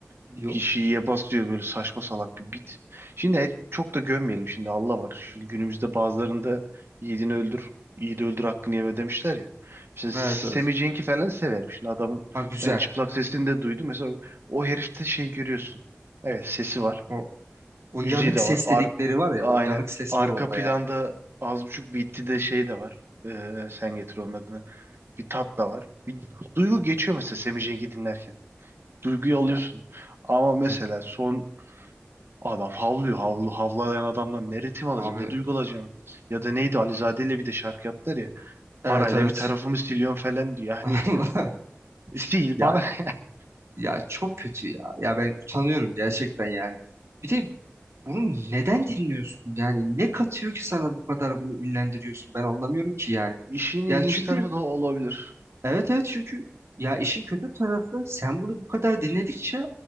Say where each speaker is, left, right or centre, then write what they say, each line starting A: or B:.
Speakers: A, on the right; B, on the right.
A: Bir
B: Yok.
A: şeye bas böyle saçma salak bir bit. Şimdi el- çok da gömmeyelim şimdi Allah var. Şu günümüzde bazılarında yiğidini öldür, yiğidi öldür hakkını yeme demişler ya. Mesela
B: Evet
A: Sammy
B: evet.
A: Cenk'i falan severim. Şimdi adamın
B: Ha güzel.
A: ben çıplak sesini de duydum. Mesela o herifte şey görüyorsun. Evet sesi var.
B: O, o
A: Müziği
B: yanık
A: de
B: ses
A: var. Ar
B: dedikleri var ya,
A: aynen.
B: o yanık ses
A: Arka
B: var onda
A: planda
B: ya.
A: az buçuk bitti de şey de var. Ee, sen getir onun adını. Bir tat da var. Bir duygu
B: Hı hı.
A: geçiyor mesela Semih Cenk'i dinlerken. Duyguyu alıyorsun.
B: Ya
A: Ama mesela
B: evet.
A: son adam havlıyor. Havlu, havlayan adamdan ne ritim alacağım,
B: Abi
A: ne duygu alacağım. Ya da neydi Alizade ile bir de şarkı yaptılar ya.
B: evet
A: Parayla
B: evet.
A: bir tarafımı siliyorum falan diyor. Yani
B: <laughs> Allah.
A: sil
B: Ya
A: bana. <laughs>
B: ya çok kötü ya. Ya ben utanıyorum gerçekten yani. Bir de Bunu neden dinliyorsun? Yani ne katıyor ki sana bu kadar bunu ünlendiriyorsun? Ben anlamıyorum ki yani.
A: İşin ilginç
B: Ya çünkü
A: tarafı da o olabilir.
B: evet evet çünkü ya işin kötü tarafı sen bunu bu kadar dinledikçe